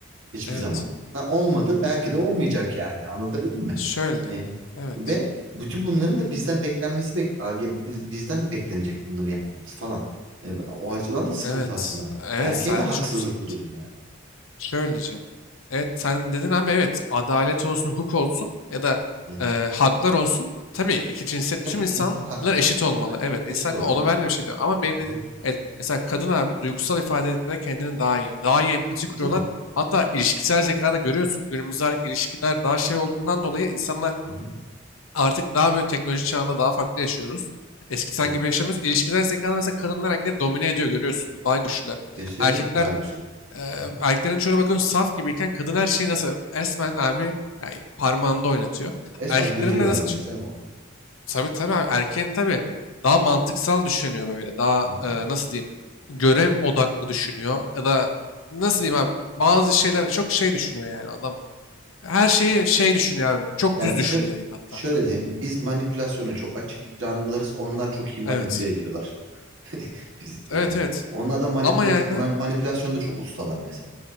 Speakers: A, on the right; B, on the left.
A: Hiçbir
B: Evet.
A: zaman. Ha, olmadı. Belki de olmayacak yani. Anlatabildim mi?
B: Şöyle diyeyim.
A: E,
B: Evet.
A: ve bütün bunların da bizden beklenmesi bek Aa, ya biz- bizden de beklenecek bunları yapmamız falan. E, o açıdan da sıkıntı
B: Evet.
A: aslında.
B: Evet
A: Erkeğe
B: sen
A: de haksızlık
B: çok sıkıntı.
A: bu durum yani.
B: Şöyle diyeceğim. Evet sen dedin ama evet adalet olsun, hukuk olsun ya da
A: Hı hı.
B: e, haklar olsun. Tabii iki cinsiyet
A: Tabii
B: tüm
A: insan
B: insanlar
A: hakları
B: eşit
A: hakkında
B: olmalı.
A: evet.
B: Evet
A: Eşit
B: insan
A: olmalılar.
B: ona ben de bir şey diyorum. Ama benim
A: Hı
B: dediğim
A: hı.
B: evet mesela kadın abi duygusal ifade etmede kendini daha iyi. Daha iyi empati kuruyorlar.
A: Tabii.
B: Hatta ilişkisel zekada görüyorsun. Günümüzde ilişkiler daha şey olduğundan dolayı insanlar
A: Hı hı.
B: artık daha böyle teknoloji çağında daha farklı yaşıyoruz. Eskiden
A: Evet.
B: gibi yaşamıyoruz. İlişkisel zekada mesela kadınlar erkekleri domine ediyor görüyorsunuz. Daha güçlüler.
A: Kesinlikle
B: Erkekler
A: daha güçlüler.
B: e,
A: Hı hı.
B: erkeklerin çoğuna bakın saf gibiyken kadın her şeyi nasıl resmen abi yani parmağında oynatıyor.
A: Resmen
B: Erkeklerin
A: güdüyorlar
B: de nasıl
A: bizi
B: çünkü
A: canım o konuda.
B: tabii tabii abi, erkeğin tabii daha mantıksal düşünüyor böyle. Daha
A: Hı hı.
B: e, nasıl diyeyim görev odaklı düşünüyor ya da nasıl diyeyim abi bazı şeyler çok şey düşünüyor yani adam. Her şeyi şey düşünüyor abi. Çok
A: Ya
B: düz
A: şu
B: düşünüyor diyeyim hatta.
A: şöyle diyeyim. Biz manipülasyona çok açık canlılarız. Onlar çok iyi manipüle
B: Evet.
A: ediyorlar. <laughs> Biz yani.
B: Evet evet.
A: Onlar da manipülat
B: Ama yani
A: manipülasyonda çok ustalar mesela.